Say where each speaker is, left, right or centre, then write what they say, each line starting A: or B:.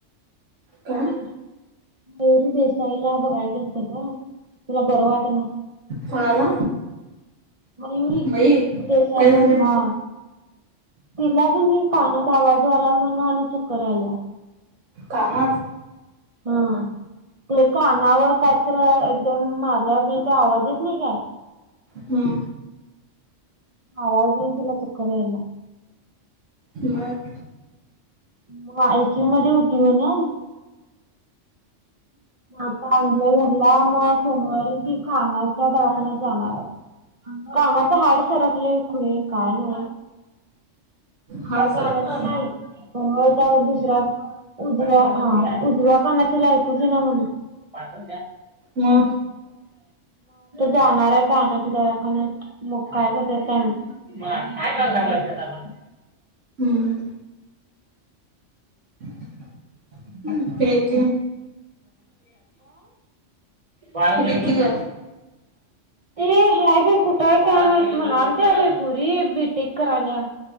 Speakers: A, on the right; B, on the right.
A: काय
B: मयुरी. मयुरी देसाईला बघायला गेलतासा,,, ग तीला बरं वाट नाऽऽ
A: कोणाला?
B: मयूरी
A: बाई
B: देसाई
A: काय झालंय?
B: हा. तिला क नी कानात आवाज यालाय म्हण आणि चक्कर याल्या
A: कानात
B: हं कानावर कायतर एकदम मारल्या लय ते आवाज येत नाही काय
A: हं
B: आवाज येऊन तिला चक्कर यायल्या.
A: मग
B: मग आयसीयू मध्ये होती म्हण. आता आणलय घरला मग सोमवारी ती कानाच्या दवाखान्यात जाणार आहे. कानाच हाड सरकलय खुळे काय नव.
A: हाड
B: त्या
A: सरकलं
B: कानातील लाई त्यावर दुसऱ्या उजव्या हा उजव्या कानात तीला ऐकूच येईना म्हण. मग आता
A: मग
B: जाणार आहे. कानाच्या दवाखान्यात मग काय करतात काय माहित?
A: हम्म <unintelligible>
B: <inaudible> अ
A: प्रीती
B: बाहेर
A: प्रीती
B: सगळी झोपल्यात
A: ग
B: ते ह्या बी कुठं हैत. काय माहित म्हणलत्या बाई पोरी बी टीक कराल्या.